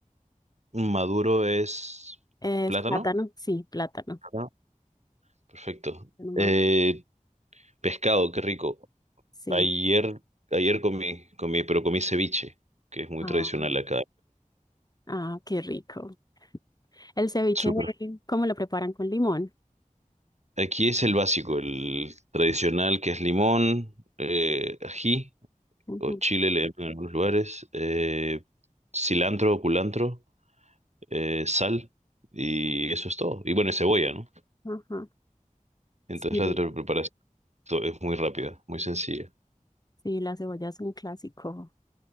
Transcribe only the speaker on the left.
¿Es
plátano? Sí, plátano.
Nomás,
Sí.
Ah,
ah, qué rico. El ceviche,
¿cómo lo preparan con limón?
Ujú,
Ajá.
Sí,
sí, la cebolla es un clásico